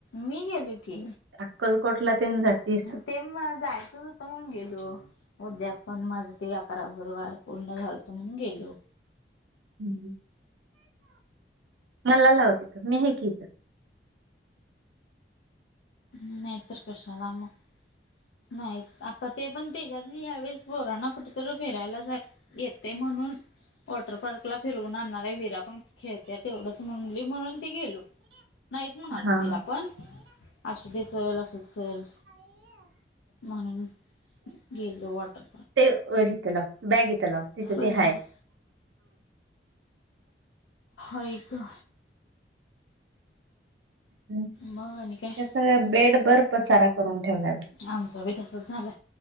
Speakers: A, on the left; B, on the right.
A: मी गेलो की.
B: अक्कलकोटला तेन जातीस
A: ते मला जायचच म्हणून गेलो. उद्यापण माझं ते अकरा गुरुवार पूर्ण झालतो म्हणून गेलो.
B: हम्म मला लाव तिथ. मी आहे की इथ.
A: नाहीेतर कशाला मग नाहीच आता ते पण त्याच्यात यावेेळेस पोरांना कुठंतरी फिरायला जा येते म्हणून वॉटर पार्कला फिरवून आणणार आहे‌. विरा पण खेळत्यात तेवढंच म्हणली म्हणून ती गेलो. नाहीच म्हणालतो
B: हा
A: तिला पण. असू दे चल. असू दे चल. म्हणून गेलो वॉटर
B: ते इथ लाव. बॅग इथ लाव. तिथं
A: सॉरी
B: ते हाय
A: आई ग
B: हम्म
A: मग आणि काय?
B: सगळ बेड भर पसारा करून ठेवलाय. बघ.
A: आमचा बी तसच झालाय.